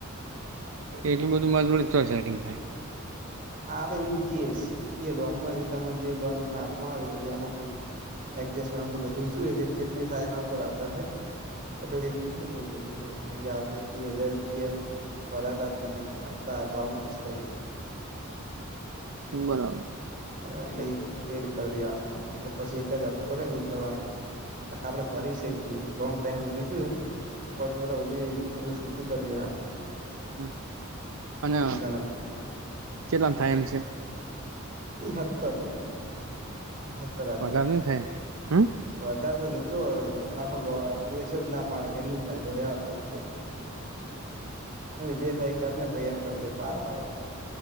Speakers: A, on the right; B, on the right.
A: એટલું બધું મારી જોડે ચયા થી નીકળે?
B: હા તો ઈન કેસ એ લોન માંથી તને જે લોન ના હાથમાં આવે વડિયામાંથી એડજસ્ટમેન્ટ આમ તો બધું શું કે ચેટલી થાય એના ઉપર આધાર છે. તો પેલી નહી ને એવું બધું હે કેમકે કે આટલા તો તીહ હજાર રૂપિયા ભરાતા જ નહી હપતા બાઉસ થાય.
A: બરાબર,
B: એટલે એ પેડ કરી દેવાનું એટલે પછી એક જ અપતો રે ને એવું કરવાનું. આપડે ફરી શકીએ. લોંગ ટાઈમધી શુંએ? પચ વરસ હૂધી સુટું કરી દેવાનું.
A: હમ્મ અને
B: એવી ગણતરી
A: કેટલા નુ થાય એમ છે?
B: એઈ હતર. હતર આજુબજુ
A: વધારે નહી થાય હમ
B: વધારે નતોને આખો કેશ જ ના પાડે કે નઈ થાય તો રેવા દો એમ કે. જે થાય કર ને ભાઈ એમ કરતો પાર આવ